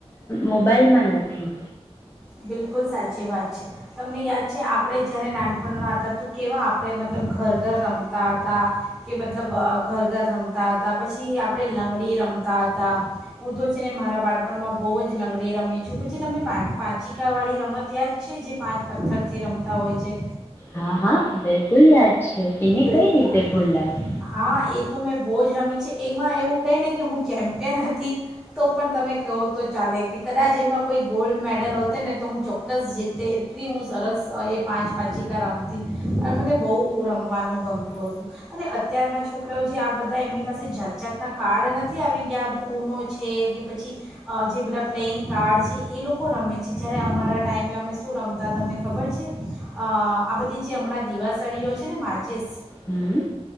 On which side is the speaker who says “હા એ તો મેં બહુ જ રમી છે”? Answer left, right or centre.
Centre